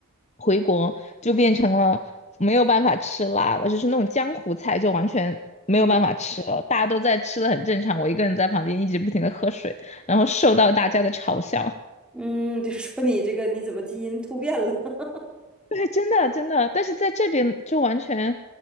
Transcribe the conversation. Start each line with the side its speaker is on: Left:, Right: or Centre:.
Left: 回国就变成了没有办法吃辣了，就是那种江湖菜就完全没有办法吃了，
Centre: 嗯
Left: 大家都在吃的很正常，我一个人在旁边一直不停的喝水，然后受到大家的嘲笑。
Centre: 嗯，就说你这个你怎么基因突变了？<laughs>
Left: 对，真的真的，但是在这边就完全